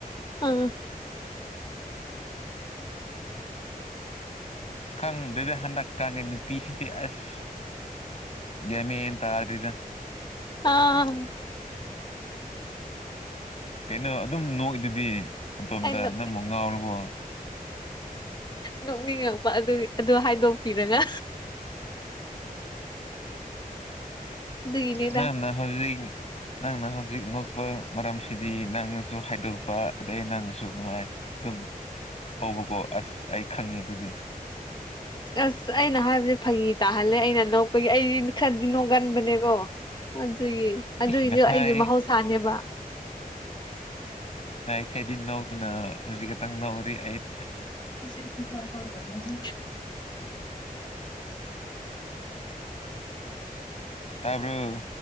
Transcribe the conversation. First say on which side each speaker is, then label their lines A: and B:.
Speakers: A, on the left; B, on the left.
A: ꯑꯥ
B: ꯈꯪꯗꯦꯗꯤ ꯍꯟꯗꯛ ꯀꯪꯉꯦ ꯅꯨꯄꯤꯁ ꯑꯁ ꯒꯦꯃꯤ ꯌꯦꯟ ꯇ ꯑꯗꯨꯗ
A: ꯑꯥ
B: ꯀꯩꯅꯣ ꯑꯗꯨꯝ ꯅꯣꯛꯏꯗꯨꯗꯤ ꯅꯇꯣꯝꯇ
A: ꯑꯩꯅꯣ
B: ꯅꯪꯕꯨ ꯉꯥꯎꯔꯕꯣ
A: ꯅꯣꯛꯅꯤꯡꯉꯛꯄ ꯑꯗꯨꯒꯤ ꯑꯗꯨ ꯍꯥꯏꯗꯣꯛꯄꯤꯔꯒ ꯑꯗꯨꯒꯤꯅꯤꯗ
B: ꯅ ꯅ ꯍꯧꯖꯤ ꯅꯪꯅ ꯍꯧꯖꯤꯛ ꯅꯣꯛꯄ ꯃꯔꯝꯁꯤꯗꯤ ꯅꯪꯅꯁꯨ ꯍꯥꯏꯗꯣꯛꯄ ꯑꯗꯩ ꯅꯪꯅꯁꯨ ꯑꯗꯨꯃꯥꯏꯅ ꯑꯗꯨꯝ ꯍꯧꯕꯀꯣ ꯑꯁ ꯑꯩ ꯈꯪꯉꯤ ꯑꯗꯨꯗꯤ
A: ꯑꯁ ꯑꯩꯅ ꯍꯥꯏꯕꯁ ꯐꯥꯒꯤ ꯇꯥꯍꯜꯂꯦ ꯑꯩꯅ ꯑꯅꯣꯛꯄꯒꯤ ꯑꯩ ꯈꯔꯗꯤ ꯅꯣꯡꯒꯟꯕꯅꯦꯀꯣ ꯑꯗꯨꯒꯤ ꯑꯗꯨꯏꯗꯤ
B: ꯏꯁ ꯉꯁꯥꯏ
A: ꯑꯩꯒꯤ ꯃꯍꯧꯁꯥꯅꯦꯕ
B: ꯍꯥꯏꯗꯤ ꯅꯧꯗꯅ ꯍꯧꯖꯤꯛ ꯛꯇꯪ ꯅꯧꯔꯤ ꯑꯩꯠ
A: ꯏꯁꯦ ꯏꯖꯥꯐꯜ ꯗꯉ ꯍ
B: ꯇꯥꯔꯕ